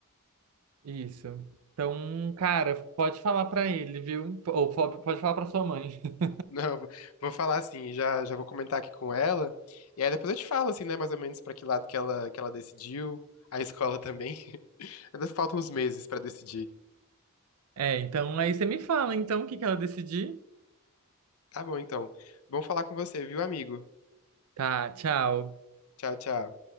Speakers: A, on the right; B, on the left.
A: Isso. Então, cara, pode falar pra ele, viu? Ou po- pode falar pra sua mãe. <laughs>
B: <laughs> Não, vou vou falar assim, já, já vou comentar aqui com ela, e aí depois eu te falo, assim, né, mais ou menos pra que lado que ela, que ela decidiu, a escola também. <laughs> Ainda faltam uns meses pra decidir.
A: É, então aí você me fala, então, o que que ela decidir?
B: Tá bom, então. Bom falar com você, viu, amigo?
A: Tá, tchau.
B: Tchau, tchau.